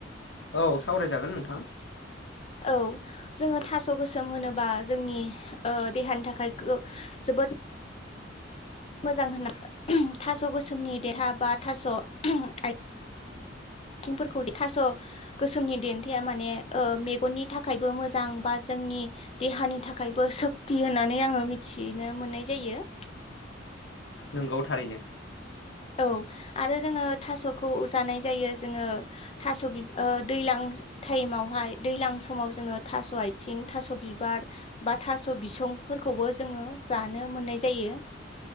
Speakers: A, on the left; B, on the left.
A: औ सावरायजागोन नोंथां।
B: औ जोङो थास' गोसोम होनोबा जोंनि ओ देहानि थाखाय गो जो बोद मोजां होनना <unintelligible> थास' गोसोमनि देहा बा थास' आइ आथिंफोरखौ थास' गोसोमनि देन्थाया माने ओ मेगननि थाखायबो मोजां बा जों जोंनि देहानि थाखायबो सोक्ति होननानै आङो मिथिनो मोननाय जायो।
A: नंगौ थारैनो।
B: औ आरो जोङो थास'खौ जानाय जायो जोङो थास' बि दैलां टाइमावहाय दैलां समाव जोङो थास' आथिं थास' बिबार बा थास' बिसं फोरखौबो जोङो जानो मोननाय जायो।